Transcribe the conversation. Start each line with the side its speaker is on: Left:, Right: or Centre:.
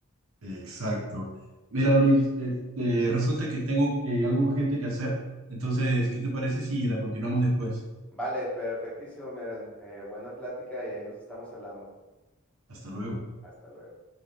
Right: Exacto. Mira, Luis, este, resulta que tengo eh, algo urgente que hacer, entonces, ¿qué te parece si la continuamos después?
Centre: Vale, perfectísimo, miren, eh, buena plática y ahí nos estamos hablando.
Right: Hasta luego.
Centre: Hasta luego.